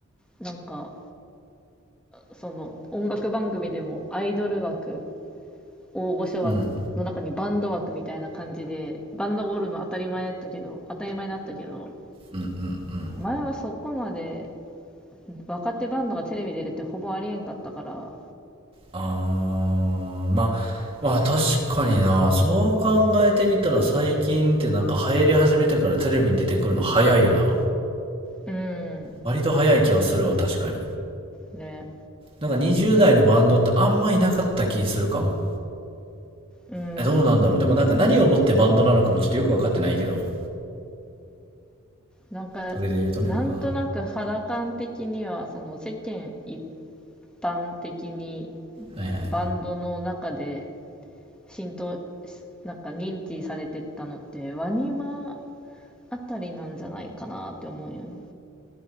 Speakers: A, in the centre; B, on the right.
A: なんか、その音楽番組でもアイドル枠大御所枠の中にバンド枠みたいな感じで、
B: うんうん
A: バンドがおるの当たり前だったけど、当たり前になったけど、
B: うんうん
A: 前はそこまで若手バンドがテレビ出るってほぼありえんかったから、
B: あーまあまあ確かになそう考えてみたら最近ってなんか流行り始めてからテレビに出てくるの早いよな
A: うん、
B: 割と早い気はするわ確かに
A: ね、
B: なんか20代のバンドってあんまいなかった気するかも
A: うん。
B: えどうなんだろうでもなんか何をもってバンドなのかもちょっとよく分かってないけど
A: なんか、
B: それで言うとねうんは
A: なんとなく肌感的には、その世間一般的に
B: いはい
A: バンドの中で浸透、なんか認知されてったのって、ワニマあたりなんじゃないかなって思うよね。